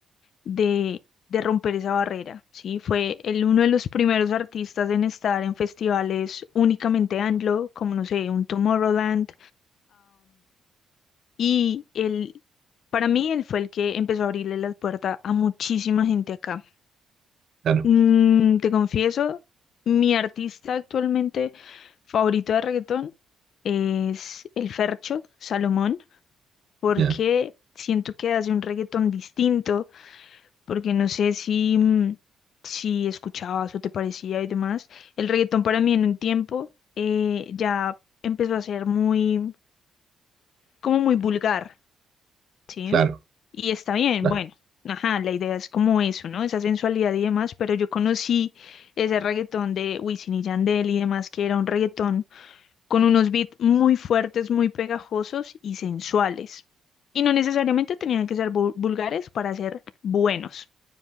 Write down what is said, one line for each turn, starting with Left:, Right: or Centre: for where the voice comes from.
Left: de, de romper esa barrera, ¿sí? Fue el, uno de los primeros artistas en estar en festivales únicamente anglo, como no sé, un Tomorrowland. Y él, para mí, él fue el que empezó a abrirle la puerta a muchísima gente acá.
Right: Claro,
Left: Mm, te confieso, mi artista actualmente favorito de reggaetón es el Fercho Salomón, porque
Right: ya,
Left: siento que hace un reggaetón distinto, porque no sé si, mm, si escuchabas o te parecía y demás. El reggaetón para mí en un tiempo eh, ya empezó a ser muy, como muy vulgar. Sí,
Right: claro,
Left: y está bien,
Right: claro,
Left: bueno, ajá, la idea es como eso, ¿no? Esa sensualidad y demás, pero yo conocí ese reggaetón de Wisin y Yandel y demás, que era un reggaetón con unos beats muy fuertes, muy pegajosos y sensuales. Y no necesariamente tenían que ser vul- vulgares para ser buenos.